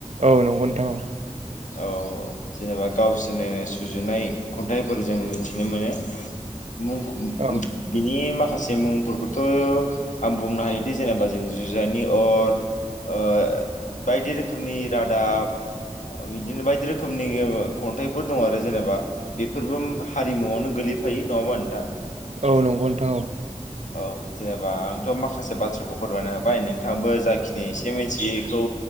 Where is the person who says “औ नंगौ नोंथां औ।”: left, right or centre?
Right